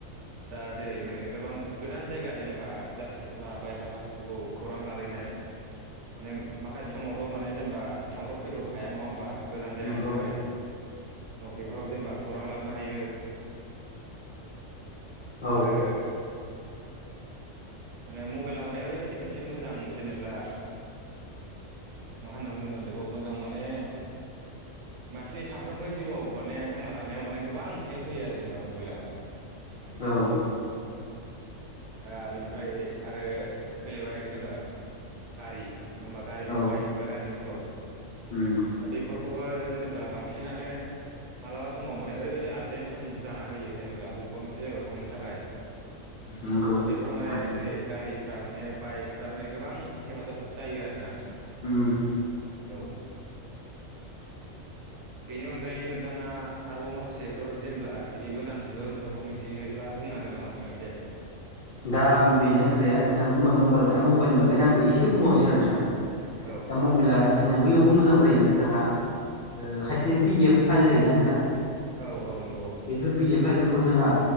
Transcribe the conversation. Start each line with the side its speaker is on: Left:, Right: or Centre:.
Right: दा जेरै माने गोबां गोजान जायगा जेनेबा जाथि खुरमा बाय बाहागिफोरखौ खौरां लालायनाय
Left: <inaudible>
Right: मे माखासे समावथ' माने जेनेबा थांब्रब फैब्रब हाया नङा होमबा गोजान जायगानि
Left: नंगौ
Right: थाखाय औ बेफोराव जेनेबा खौरां लानो हायो
Left: औ
Right: आरो माने मबाइला माने ओरैबायाददि मोनसे मोजां जेनेब्ला मा होनना बुंगोन बेखौ मोजां माने मानसिनि सानफ्रोमबो जिउआव माने थांना थानायाव माने गोबां हेल्प होयो आरो जेनेबा मबाइला
Left: औ
Right: दा बिनिफ्राय आरो फैलायबाय जेनेबा गारि नङा होमबा गारि
Left: औ
Right: बा बाइक बा गारि मथर
Left: उम
Right: दा बेफोरखौबो जेनेबा बांसिनानो मालाबा समाव माने ओरैबायाददि आरजेन्ट सम जान होयो जेनेबा बबेबा मोनसे जायगायाव थांनो थाखाय
Left: नंगौ
Right: दा बेफोराव माने
Left: थारनो
Right: जेरै गारिफ्रा माने बाइकफ्रा माने गोबां हेफाजाब जायो आरोना
Left: ओम
Right: औ बेनि अनगायै नोंथाङा आरोबाव माखासेफोर जेनेबा बिदि मोजां गोहोमफोरखौ मिथि थब्ला बुंनो हागोन नामा नोंथां एसे
Left: दा बेनो खोथाया नोंथां बुंबा मबाइल मबाइलनि बागैनो आंबो एसे बुंबावनोसै आरो नोंथां
Right: औ
Left: दा मबाइला जोंनिया बैयावबो मोजां जायो जोंहा खायसे पिडि एफ फाइल होायोना नोंथां
Right: औ औ नंगौ औ
Left: बेफोर पिदि फाइलफोरखौ जोंहा